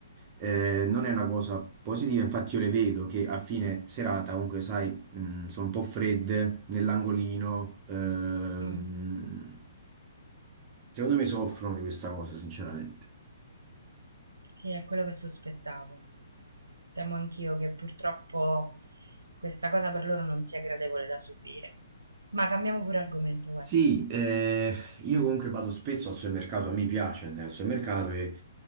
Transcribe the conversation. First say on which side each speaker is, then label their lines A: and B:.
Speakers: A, on the right (about 30°); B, on the right (about 80°).
A: eh, non è una cosa positiva, infatti io le vedo che a fine serata comunque, sai, mm, sono un po' fredde nell'angolino, ehm,
B: Mm,
A: secondo me soffrono di questa cosa, sinceramente.
B: Sì, è quello che sospettavo. Temo anch'io che purtroppo questa cosa per loro non sia gradevole da subire. Ma cambiamo pure argomento, guardi.
A: Sì, eh, io comunque vado spesso al supermercato, mi piace andare al supermercato e